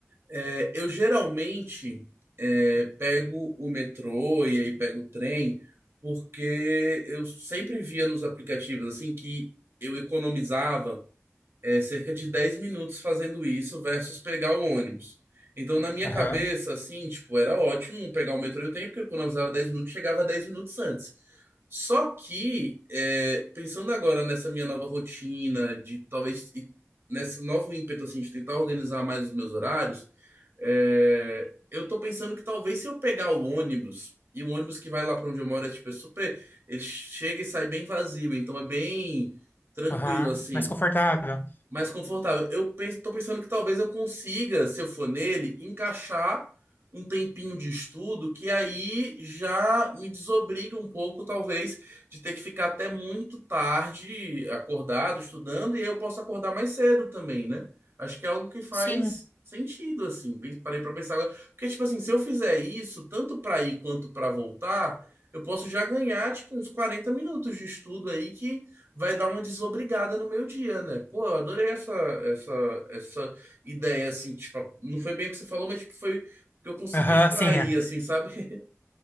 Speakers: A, on the right; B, on the left.
A: É, eu geralmente é, pego o metrô e aí pego o trem, porque eu sempre via nos aplicativos assim que eu economizava é, cerca de 10 minutos fazendo isso versus pegar o ônibus. Então, na minha
B: Aham,
A: cabeça, assim, tipo, era ótimo pegar o metrô e o trem, porque eu economizava 10 minutos, chegava 10 minutos antes. Só que, é, pensando agora nessa minha nova rotina, de talvez, e nesse novo ímpeto, assim, de tentar organizar mais os meus horários, é, eu tô pensando que talvez se eu pegar o ônibus, e o ônibus que vai lá pra onde eu moro é, tipo, é super, ele chega e sai bem vazio, então é bem tranquilo,
B: aham.
A: assim
B: Mais confortável.
A: mais confortável. Eu penso, tô pensando que talvez eu consiga, se eu for nele, encaixar um tempinho de estudo que aí já me desobriga um pouco, talvez, de ter que ficar até muito tarde acordado, estudando, e aí eu posso acordar mais cedo também, né? Acho que é algo que faz
B: Sim.
A: sentido, assim. Pen- Parei pra pensar agora. Porque, tipo assim, se eu fizer isso, tanto pra ir quanto pra voltar, eu posso já ganhar, tipo, uns 40 minutos de estudo aí que vai dar uma desobrigada no meu dia, né? Pô, eu adorei essa, essa, essa ideia, assim, tipo, não foi bem o que você falou, mas tipo, foi o que eu consegui
B: Aham,
A: extrair,
B: sim. é.
A: assim, sabe?